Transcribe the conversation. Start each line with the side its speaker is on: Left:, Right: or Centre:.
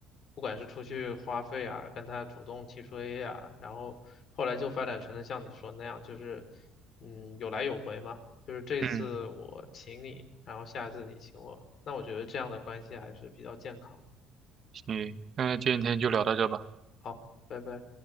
Left: 不管是出去花费啊，跟他主动提出 A 啊，然后后来就发展成了像你说那样，就是嗯有来有回嘛，就是这次我请你，
Right: 嗯，
Left: 然后下一次你请我，那我觉得这样的关系还是比较健康。
Right: 行，那今天就聊到这吧。
Left: 好，拜拜。